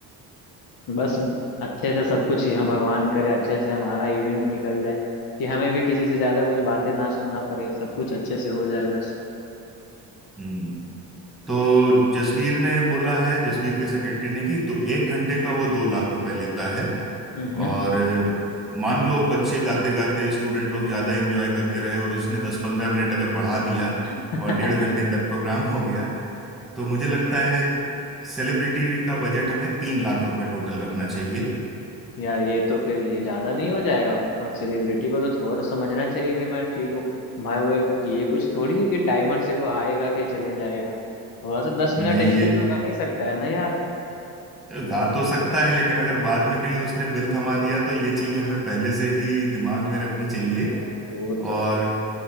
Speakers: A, on the left (about 65°); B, in the centre.
A: बस अच्छे से सब कुछ ही हम भगवान करे अच्छे से हमारा इवेंट निकल जाए कि हमें भी किसी से ज्यादा कुछ बातें ना सुनना पड़े सब कुछ अच्छे से हो जाए बस
B: हम्म तो जसबीर ने बोला है जसबीर के सेक्रेटरी ने कि दो, एक घंटे का वो दो लाख रुपए लेता है
A: हम्म
B: और मान लो बच्चे गाते गाते स्टूडेंट लोग ज्यादा एंजॉय करते रहे और उसने दस पंद्रह मिनट अगर बढ़ा दिया
A: <laughs>
B: और डेढ़ घंटे तक प्रोग्राम हो गया तो मुझे लगता है सेलिब्रिटी का बजट हमें तीन लाख रुपए टोटल रखना चाहिए
A: यार ये तो फिर ये ज्यादा नहीं हो जाएगा सेलिब्रिटी को तो थोड़ा तो समझना चाहिए कि मैं ठीक हूँ भाई वो एक- ये कुछ थोड़ी है कि टाइमर से वो आएगा फिर चले जाएगा थोड़ा सा दस
B: नहीं
A: मिनट एक्स्ट्रा
B: ये
A: तो कर ही सकता है ना यार
B: गा तो सकता है लेकिन अगर बाद में कहीं उसने बिल थमा दिया तो ये चीज हमें पहले से ही दिमाग
A: हाँ
B: में रखनी चाहिए
A: हाँ, वो तो
B: और
A: है